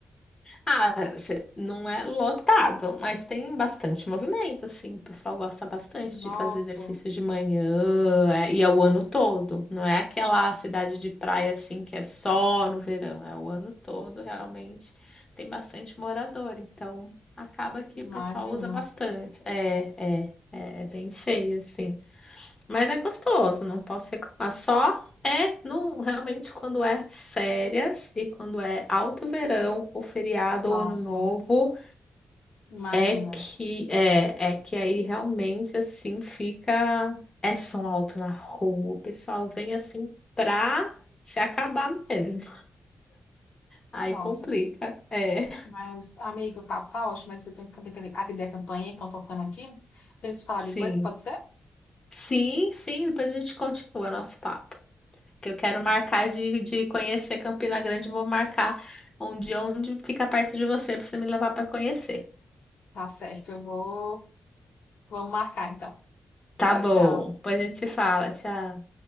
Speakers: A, on the left; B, on the left.
A: Ah, cê- não é lotado, mas tem bastante movimento, assim. O pessoal gosta bastante
B: Nossa,
A: de fazer exercício de manhã, é, e é o ano todo. Não é aquela cidade de praia, assim, que é só no verão. É o ano todo, realmente. Tem bastante morador, então acaba que
B: imagina.
A: o pessoal usa bastante. É, é, é, é bem cheio, assim. Mas é gostoso, não posso reclamar. Só é no, realmente quando é férias e quando é alto verão, ou feriado
B: Nossa,
A: ou ano novo,
B: imagina.
A: é que é, é que aí realmente assim fica é som alto na rua, o pessoal vem assim pra se acabar mesmo. Aí
B: Nossa,
A: complica. É.
B: mas, amigo, o papo tá ótimo, mas eu tenho que atender atender a campanha que estão tocando aqui. A gente se falar
A: Sim.
B: depois, pode ser?
A: Sim, sim, depois a gente continua nosso papo. que eu quero
B: Tá
A: marcar
B: certo.
A: de, de conhecer Campina Grande, vou marcar um dia onde fica perto de você para você me levar para conhecer.
B: Tá certo, eu vou... Vamos marcar então.
A: Tá
B: Tchau,
A: bom,
B: tchau.
A: depois a gente se fala, tchau.